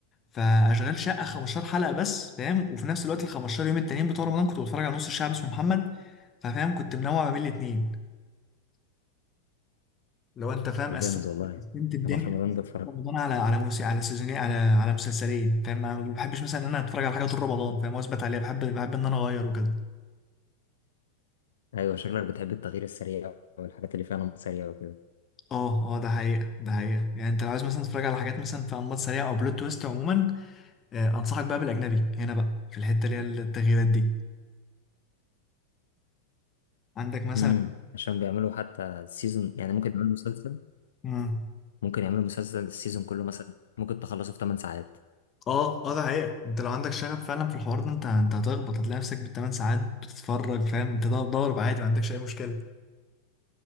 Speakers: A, on the left (about 25°); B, on the left (about 65°).
A: فاشغال شقه 15 حلقه بس فاهم وفي نفس الوقت ال 15 يوم التانيين بتوع رمضان كنت بتفرج على نص الشعب اسمه محمد ففاهم كنت منوع ما بين الاثنين لو انت فاهم
B: جامد
A: قسمت
B: والله
A: قسمت الدنيا
B: انا في رمضان بتفرج
A: رمضان على على موسي على سيزونين على على مسلسلين فاهم انا ما بحبش مثلا ان انا اتفرج على حاجه طول رمضان فاهم واثبت عليها بحب بحب ان انا اغير وكده
B: ايوه شكلك بتحب التغيير السريع والحاجات اللي فيها نمط سريع وكده
A: اه اه ده حقيقة ده حقيقة يعني انت لو عايز مثلا تتفرج على حاجات مثلا في انماط سريعة او بلوت تويست عموما آه انصحك بقى بالاجنبي هنا بقى في الحتة اللي هي التغييرات دي عندك مثلا
B: امم عشان بيعملوا حتى سيزون يعني ممكن يعملوا مسلسل
A: مم.
B: ممكن يعملوا مسلسل السيزون كله مثلا ممكن تخلصه في 8 ساعات
A: اه اه ده حقيقة انت لو عندك شغف فعلا في الحوار ده انت انت هتخبط هتلاقي نفسك بالثمان ساعات بتتفرج فاهم انت ده ضارب عادي ما عندكش اي مشكلة